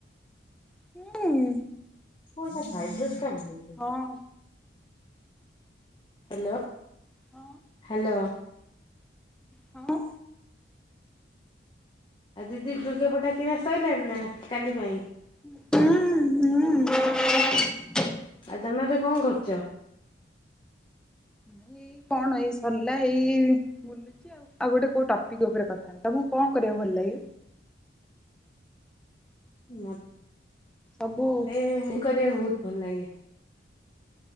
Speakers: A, in the centre; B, on the left.
A: ହୁଁ।
B: ଫୋନ୍ ଟା ଭାଇବ୍ରେଟ୍ କାଇଁ ହୋଉ
A: ହଁ।
B: ହ୍ୟାଲୋ
A: ହଁ
B: ହାଲୋ।
A: ହଁ।
B: ଆଉ ଦିଦି ଲୁଗାପଟା କିଣା ସରିଲାଣି ନା କାଲି ପାଇଁ
A: ହୁଁ ଉଁ ହୁଁ ଉଁ
B: ଆଉ ତମେ ଏବେ କଣ କରୁଚ?
A: ମୁଁ ଏଇ କଣ ଏଇ ସରିଲା ହେଇ ବୁଲୁଚି। ଆଉ ଗୋଟେ କୋଉ ଟପିକ୍ ଉପରେ କଥା ତମୁକୁ କଣ କରିଆକୁ ଭଲ ଲାଗେ?
B: ମତ୍
A: ସବୁ
B: ଏ-ଏ-ଏ-ଏ-ଏଁ କରିବାକୁ ବହୁତ୍ ଭଲ ଲାଗେ।